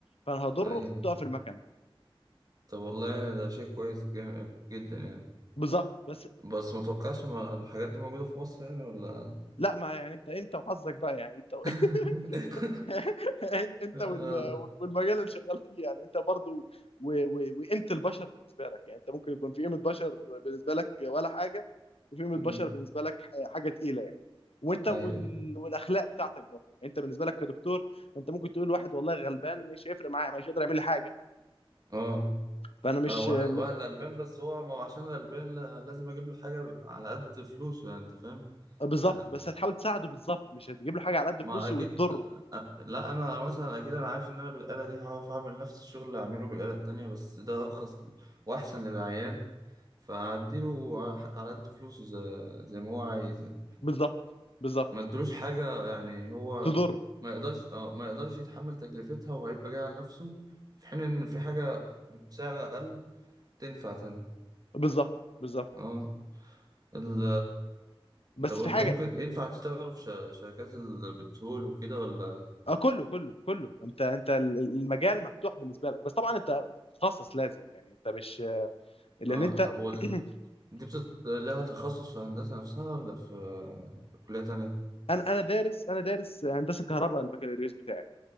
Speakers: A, on the left (about 80°); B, on the right (about 40°).
A: فانا هضره
B: ايوه
A: تقف المكنه
B: طب والله ده شيء كويس جا- جدا يعني
A: بالظبط بس
B: بس ما توقعش ما الحاجات دي موجودة في مصر يعني ولا
A: لا ما يعني انت انت وحظك بقى يعني انت و... <laughs>
B: <laughs>
A: <laughs> انت
B: اه
A: وال- والمجال اللي شغال فيه يعني انت برضو و- و- وقيمه البشر بالنسبه لك يعني انت ممكن يكون في قيمه بشر بالنسبه لك ولا حاجه وفي قيمه
B: أمم.
A: بشر بالنسبه لك ح- حاجه تقيله يعني وانت
B: ايوه
A: وال...
B: ايوه
A: والاخلاق بتاعتك برضه انت بالنسبه لك كدكتور انت ممكن تقول واحد والله غلبان مش هيفرق معايا مش هيقدر يعمل لي حاجه
B: اه
A: فانا مش
B: انا واحد
A: م-
B: واحد غلبان بس هو ما هو عشان غلبان لا- لازم اجيب له حاجه على قد فلوسه يعني انت فاهم
A: بالظبط
B: آه،
A: بس هتحاول تساعده بالظبط مش هتجيب له حاجه على قد
B: ما
A: فلوسه
B: اكيد
A: وتضره
B: آه، آه، لا انا مثلا اكيد انا عارف ان انا بالاله دي هعرف اعمل نفس الشغل اللي هعمله بالاله التانية بس ده ارخص واحسن للعيان فاديله على ح- على قد فلوسه زي, زي ما هو عايز يعني.
A: بالظبط بالظبط
B: ما ادلوش حاجه يعني هو
A: تضره
B: ما يقدرش اه ما يقدرش يتحمل تكلفتها وهيبقى جاي على نفسه في حين ان في حاجه بسعر اقل تنفع تاني
A: بالظبط بالظبط
B: اه ال
A: بس
B: طب انت
A: في حاجه
B: ممكن ينفع تشتغل في ش- شركات البترول وكده ولا
A: اه كله كله كله انت انت ال- ال- المجال مفتوح بالنسبه لك بس طبعا انت بتتخصص لازم يعني انت مش لان
B: اه
A: انت
B: طب هو ده-
A: <clears throat>
B: دي بتت... لها تخصص في هندسة نفسها ولا في كلية تانية
A: انا انا دارس انا دارس هندسه كهرباء البكالوريوس بتاعي